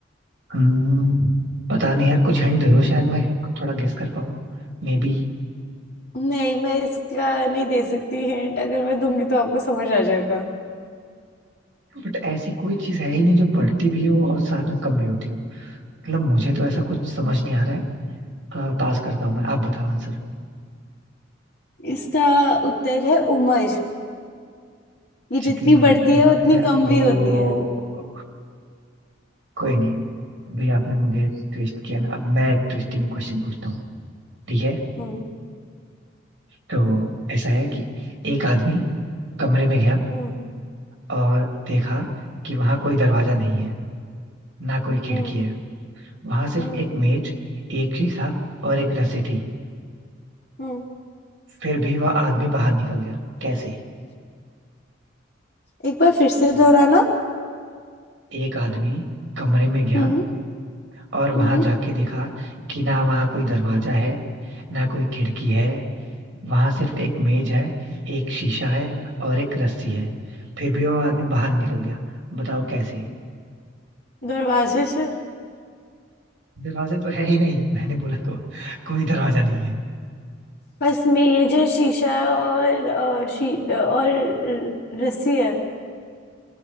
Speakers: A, on the right (about 70°); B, on the left (about 55°).
A: हम्म, पता नहीं यार कुछ हिंट दे दो शायद मैं थोड़ा गेस कर पाऊँ मे बी
B: नहीं मैं इसका नहीं दे सकती हिंट अगर मैं दूंगी तो आपको समझ आ जाएगा
A: बट ऐसी कोई चीज है ही नहीं जो बढ़ती भी हो और साथ में कम भी होती हो मतलब मुझे तो ऐसा कुछ समझ नहीं आ रहा है अ, पास करता हूँ मैं आप बताओ आंसर
B: इसका उत्तर है उम्र ये
A: जितनी
B: जितनी
A: बढ़ती
B: बढ़ती
A: है
B: है उतनी कम
A: वो
B: भी होती है
A: कोई नहीं अभी आपने मुझे ट्विस्ट किया ना अब मैं एक ट्विस्टिंग क्वेश्चन पूछता हूँ ठीक है
B: हम्म
A: तो ऐसा है कि एक आदमी कमरे में गया
B: हम्म
A: और देखा कि वहां कोई दरवाजा नहीं है ना कोई खिड़की
B: हम्म
A: है वहां सिर्फ
B: हम्म
A: एक मेज एक शीशा और एक रस्सी थी
B: हम्म।
A: फिर भी वह आदमी बाहर निकल गया कैसे
B: एक बार फिर से दोहराना
A: एक आदमी कमरे में गया
B: हम्म
A: और वहां
B: हम्म
A: जाके देखा कि ना वहां कोई दरवाजा है ना कोई खिड़की है वहां सिर्फ एक मेज है एक शीशा है और एक रस्सी है फिर भी वो आदमी बाहर निकल गया बताओ कैसे
B: दरवाजे से
A: दरवाजा तो है ही नहीं मैंने बोला तो कोई दरवाजा नहीं है
B: बस मेज है शीशा है और अ, शी अ, और र- रस्सी है